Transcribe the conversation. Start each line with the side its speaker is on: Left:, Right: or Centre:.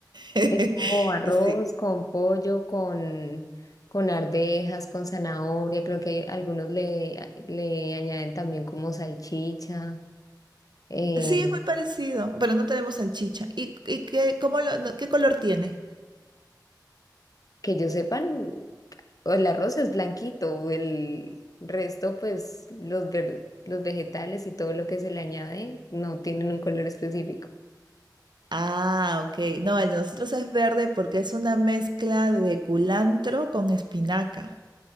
Right: <laughs>
Left: es como arroz
Right: Sí.
Left: con pollo, con, con arvejas, con zanahoria. Creo que hay- algunos le, le añaden también como salchicha. eh,
Right: Sí, es muy parecido, pero no tenemos salchicha. ¿Y, y qué, cómo lo- no- qué color tiene?
Left: que yo sepa, o el arroz es blanquito, el resto, pues los, ver- los vegetales y todo lo que se le añade no tienen un color específico.
Right: Ah, ok. No, el de nosotros es verde porque es una mezcla de culantro con espinaca.